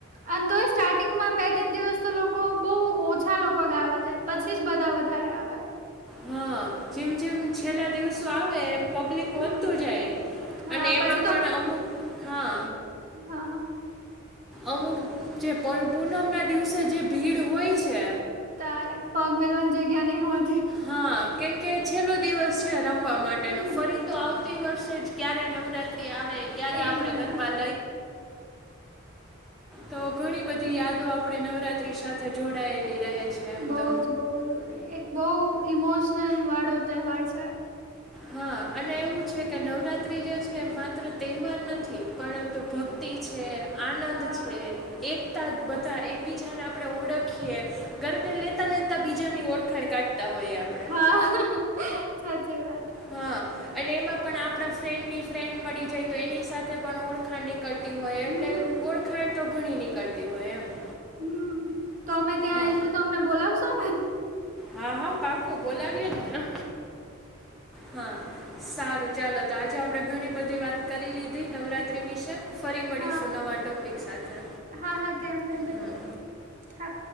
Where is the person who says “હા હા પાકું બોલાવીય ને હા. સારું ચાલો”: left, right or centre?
Centre